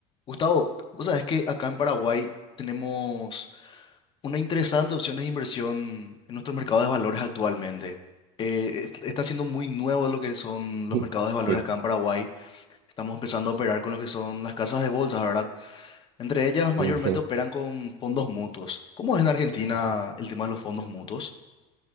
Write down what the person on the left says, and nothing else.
Gustavo, vos sabés que acá en Paraguay tenemos una interesante opción de inversión en nuestro mercado de valores actualmente. Eh, es- está siendo muy nuevo lo que son los
mercados de valores
acá en Paraguay. Estamos empezando a operar con lo que son las casas de bolsas, ¿verdad? Entre ellas mayormente
operan con fondos mutuos. ¿Cómo es en Argentina
el tema de los fondos mutuos?